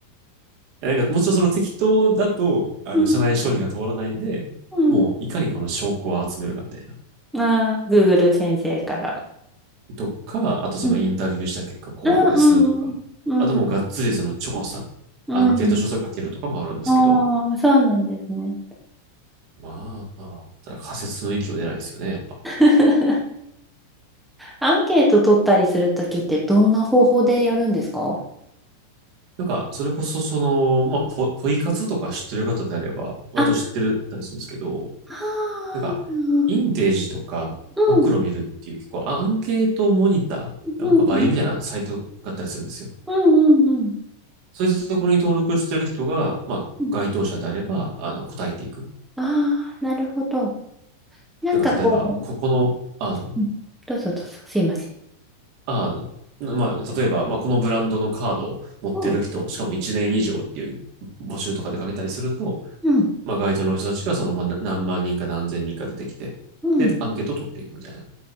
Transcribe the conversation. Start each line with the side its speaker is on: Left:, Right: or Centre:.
Right: えなんか、もちろんその適当だと、あの、
Centre: うん、
Right: 社内承認が通らないんで、
Centre: う
Right: もう、いかにこの証拠を集めるかみたいな。
Centre: ん、<laughs> ああ、Google 先生から。
Right: とか、あとそのインタビューした結果こうですとか、
Centre: うん、ああ、うん、うん、
Right: あともうがっつりその調査、
Centre: うん、
Right: アンケート調査かけるとかもあるんですけど、
Centre: うん。ああ、そうなんですね。
Right: まあ、ただ仮説の域を出ないですよね、やっぱ。
Centre: <laughs> アンケート取ったりするときってどんな方法でやるんですか
Right: なんか、それこそその、まあ、ポ、ポイ活とか知ってる方であれば、割と知ってるたりするんですけど、
Centre: あ、ああ、
Right: なんか、インテージとかマクロ見るっていう結構アンケートモニター、
Centre: うん、うん、
Right: なんかバイトみたいなサイトがあったりするんですよ。
Centre: うん、うん、うん。
Right: そういったところに登録してる人が、まあ、
Centre: うん
Right: 該当者であれば、あの、答えていく。
Centre: ああなるほど。なんかこう、
Right: なんか、例えば、ここの、あ、
Centre: うんどうぞどうぞ、すいません。
Right: あ、まあ、例えば、まあ、このブランドのカードを持ってる人、
Centre: うん、
Right: しかも1年以上っていう募集とかでかけたりすると、
Centre: うん、
Right: まあ、該当の人たちが、その、まあ、何万人か何千人か出てきて、
Centre: うん。
Right: で、アンケートを取っていくみたいな。